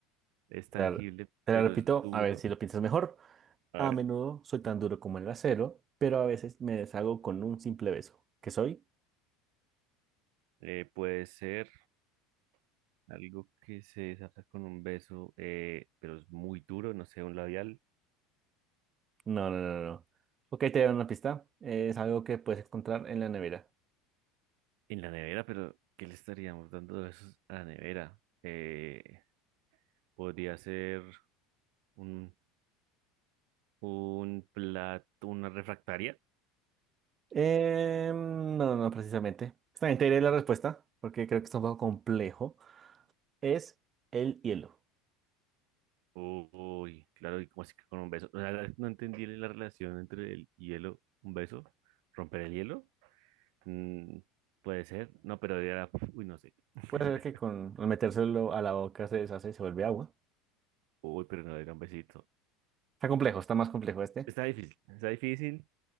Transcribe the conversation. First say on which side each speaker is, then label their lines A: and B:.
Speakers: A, on the right; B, on the right.
A: Es tangible,
B: Te la, te
A: pero
B: la repito,
A: es duro.
B: a ver si lo piensas mejor.
A: A
B: A
A: ver,
B: menudo soy tan duro como el acero, pero a veces me deshago con un simple beso. ¿Qué soy?
A: eh, puede ser. Algo que se desata con un beso, eh, pero es muy duro, no sé, un labial
B: No, no, no, no. Ok, te doy una pista. Es algo que puedes encontrar en la nevera.
A: en la nevera, pero ¿qué le estaríamos dando de besos a la nevera? Eh, podría ser un, un plato, una refractaria.
B: Em, no, no, no, precisamente. Está bien, te diré la respuesta, porque creo que está un poco complejo. Es el hielo.
A: Uy, claro, y como así que con un beso. O sea, no entendí la relación entre el hielo, un beso, romper el hielo. Mm, puede ser, no, pero era, uy, no sé. <laughs>
B: Puede ser que con al metérselo a la boca se deshace y se vuelve agua.
A: Uy, pero no era un besito.
B: Está complejo, está más complejo este.
A: Está difícil, está difícil.